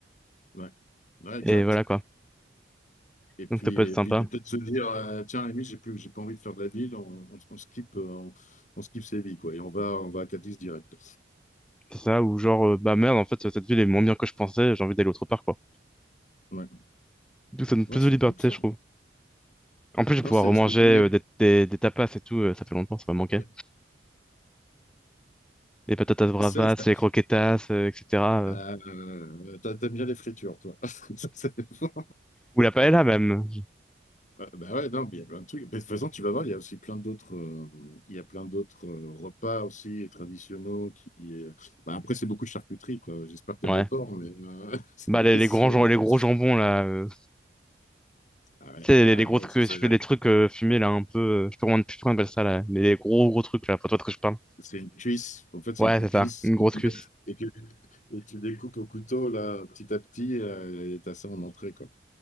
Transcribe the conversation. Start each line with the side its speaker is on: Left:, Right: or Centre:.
Left: ouais. Ouais, exact.
Centre: Et voilà, quoi.
Left: Et puis,
Centre: Donc, ça peut
Left: et
Centre: être sympa.
Left: puis de peut-être se dire, euh, tiens, à la limite, j'ai plus, j'ai pas envie de faire de la ville, on, on, on skip, euh, on, on skip Séville, quoi, et on va, on va à Cadiz direct.
Centre: C'est ça, ou genre, euh, bah, merde, en fait, cette ville est moins bien que je pensais, j'ai envie d'aller autre part, quoi.
Left: Ouais,
Centre: Donc, ça donne plus
Left: Ouais, c'est
Centre: de liberté,
Left: cool, ça.
Centre: je trouve. En plus, je vais
Left: Non,
Centre: pouvoir
Left: c'est,
Centre: remanger
Left: c'est... mais-
Centre: euh, des, des, des tapas et tout, euh, ça fait longtemps, ça m'a manqué.
Left: <laughs>
Centre: Les patatas bravas,
Left: ça, ça-
Centre: les croquetas, euh, etc. euh.
Left: euh, t'a- t'aimes bien les fritures, toi. <laughs> Ça, c'est bon.
Centre: Ou la paella, même.
Left: Ouais, bah ouais, non, mais il y a plein de trucs. Mais de toute façon, tu vas voir, il y a aussi plein d'autres, euh, il y a plein d'autres euh, repas aussi traditionnels qui. euh, bah, après, c'est beaucoup de charcuterie, quoi. J'espère que t'aimes
Centre: Ouais.
Left: le porc, mais euh, <laughs>
Centre: Bah, les, les
Left: c'est. c'est-
Centre: grands, jam- les gros jambons, là. euh,
Left: Ah ouais,
Centre: Tu sais, les,
Left: ah
Centre: les gros
Left: ouais,
Centre: trucs,
Left: ça, c'est.
Centre: je fais des trucs euh, fumés, là, un peu. euh, je sais pas comment, je sais pas comment on appelle ça, là. Les, les gros, gros trucs, là. Pour toi de quoi je parle.
Left: C'est une cuisse. En fait, c'est
Centre: Ouais,
Left: une
Centre: c'est
Left: cuisse
Centre: ça. Une
Left: qu'ils
Centre: grosse
Left: te
Centre: cuisse.
Left: mettent et que, et tu découpes au couteau là, petit à petit, euh, et t'as ça en entrée, quoi.